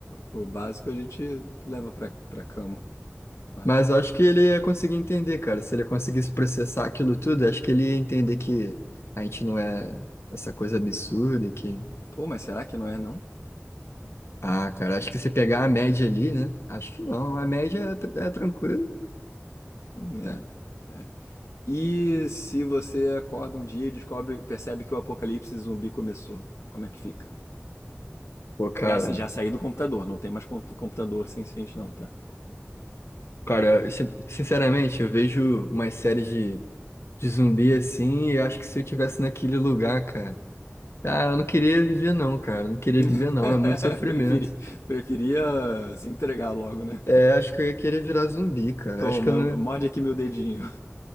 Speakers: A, on the left; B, on the left.
A: o básico a gente leva pra, pra cama, pro quarto.
B: Mas eu acho que ele ia conseguir entender, cara. Se ele conseguisse processar aquilo tudo, eu acho que ele ia entender que a gente não é essa coisa absurda, que
A: Pô, mas será que não é, não?
B: Ah, cara, acho que se pegar a média ali, né? Acho que não, a média é, tr- é tranquilo.
A: É,
B: né?
A: É. E se você acorda um dia e descobre, percebe que o apocalipse zumbi começou, como é que fica?
B: Pô, cara,
A: Já, já saí do computador, não tem mais comp- computador senciente não, tá?
B: cara, eu sin- sinceramente, eu vejo umas séries de, de zumbi assim, e eu acho que se eu tivesse naquele lugar, cara, ah, eu não queria viver não, cara, eu não queria viver
A: <laughs>
B: não, é muito sofrimento.
A: Preferi, preferia se entregar logo, né?
B: É, acho que eu ia querer virar zumbi, cara,
A: Toma,
B: acho que eu não...
A: morde aqui meu dedinho.